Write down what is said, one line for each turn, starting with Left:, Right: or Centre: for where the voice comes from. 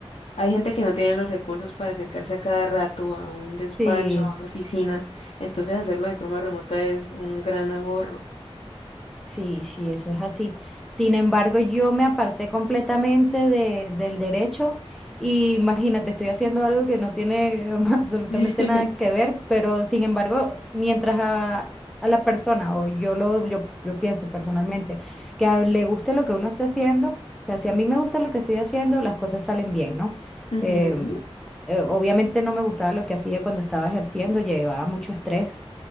Left: hay gente que no tiene los recursos para acercarse a cada rato a un despacho,
Centre: Sí.
Left: a una oficina, entonces hacerlo de forma remota es un gran ahorro.
Centre: Sí, sí, eso es así. Sin embargo, yo me aparté completamente de, del derecho y imagínate, estoy haciendo algo que no tiene <laughs> absolutamente
Left: <laughs>
Centre: nada que ver, pero sin embargo, mientras a, a la persona, o yo lo, yo, yo pienso personalmente, que a- le guste lo que uno está haciendo, o sea, si a mí me gusta lo que estoy haciendo, las cosas salen bien, ¿no?
Left: Ujú.
Centre: Em, eh, obviamente no me gustaba lo que hacía cuando estaba ejerciendo, llevaba mucho estrés